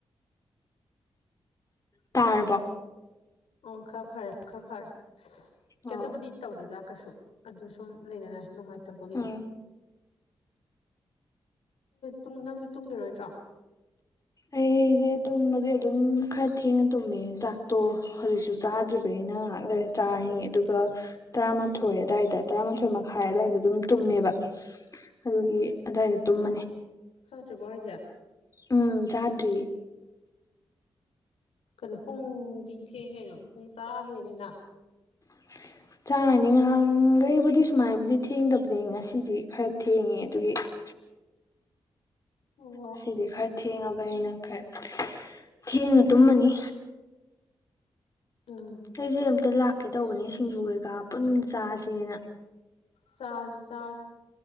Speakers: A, on the left; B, on the left.
A: ꯇꯥꯔꯕ
B: ꯑꯣ ꯈꯔ ꯐꯔꯦ ꯈꯔ ꯐꯔꯦ ꯀꯩꯝꯇꯕꯨꯗꯤ
A: ꯑꯣ
B: ꯇꯧꯗꯦꯗ ꯀꯩꯁꯨ ꯑꯗꯨ ꯁꯨꯝ ꯂꯩꯅꯔꯦ ꯅꯨꯡꯉꯥꯏꯇꯕꯒꯤꯅꯦ
A: ꯎꯝ
B: ꯅꯨꯡ ꯅꯪꯗꯤ ꯇꯨꯡꯒꯤꯔꯣꯏꯗ꯭ꯔꯣ
A: ꯑꯩꯁꯦ ꯇꯨꯝꯕꯁꯦ ꯑꯗꯨꯝ ꯈꯔ ꯊꯦꯡꯅ ꯇꯨꯝꯃꯦ ꯆꯥꯛꯇꯣ ꯍꯧꯖꯤꯛꯁꯨ ꯆꯥꯗ꯭ꯔꯤꯕꯅꯤ ꯑꯩꯅ ꯉꯍꯥꯛ ꯂꯩ ꯆꯥ
B: ꯀꯩꯅꯣ
A: ꯑꯗꯨꯒ ꯇꯔꯥꯃꯥꯊꯣꯏ ꯑꯗꯨꯋꯥꯏꯗ ꯇꯔꯥꯃꯥꯊꯣꯏ ꯃꯈꯥꯏ ꯑꯗꯨꯋꯥꯏꯗ ꯑꯗꯨꯝ ꯇꯨꯝꯃꯦꯕ ꯑꯗꯨꯒꯤ ꯑꯗꯨꯋꯥꯏꯗ ꯇꯨꯝꯃꯅꯤ
B: ꯠꯇꯕ ꯍꯥꯏꯖꯤꯌꯥ
A: ꯎꯝ ꯆꯗ꯭ꯔꯤ
B: ꯀꯩꯅꯣ ꯄꯨꯡꯗꯤ ꯊꯦꯡ ꯀꯩꯅꯣ ꯄꯨꯡ ꯇꯔꯥ ꯍꯦꯜꯂꯦꯅ
A: <unintelligible> ꯆꯥꯔꯅꯤ ꯉꯍꯥꯟꯈꯩꯕꯨꯗꯤ ꯁꯨꯃꯥꯏꯕꯨꯗꯤ ꯊꯦꯡꯗꯕꯅꯤ ꯉꯁꯤꯗꯤ ꯈꯔ ꯊꯦꯡꯉꯦ ꯑꯗꯨꯒꯤ <unintelligible>
B: ꯑꯣ
A: ꯑꯁꯤꯗꯤ ꯈꯔ ꯊꯦꯡꯉꯕꯅꯤꯅ ꯈꯔ ꯊꯦꯡꯅ ꯇꯨꯝꯃꯅꯤ
B: ꯎꯝ
A: ꯑꯩꯁꯦ ꯑꯝꯇ ꯂꯥꯛꯀꯦ ꯇꯧꯕꯅꯦ ꯁꯤꯡꯖꯨ ꯀꯩꯀꯥ ꯄꯨꯟ ꯆꯥꯁꯦꯅ
B: ꯁꯥꯖ ꯁꯥ